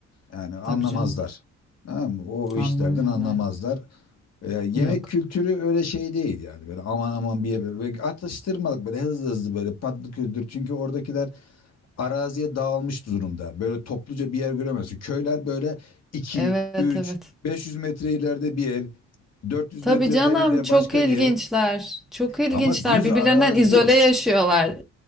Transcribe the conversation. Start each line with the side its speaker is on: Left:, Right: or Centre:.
Left: yani anlamazlar
Centre: Tabii canım.
Left: tamam mı? O
Centre: Anlamıyorlar.
Left: işlerden anlamazlar E, yemek
Centre: Yok.
Left: kültürü öyle şey değil yani böyle aman aman bir yere böyle atıştırmalık böyle hızlı hızlı böyle patlı küldür çünkü oradakiler araziye dağılmış durumda böyle topluca bir yer göremezsin köyler böyle iki
Centre: Evet
Left: üç
Centre: evet.
Left: beş yüz metre ileride bir ev 400
Centre: Tabii
Left: metre
Centre: canım
Left: beride
Centre: çok
Left: başka
Centre: ilginçler.
Left: bir ev
Centre: Çok ilginçler.
Left: ama düz
Centre: Birbirlerinden
Left: arazi
Centre: izole
Left: yok
Centre: yaşıyorlar.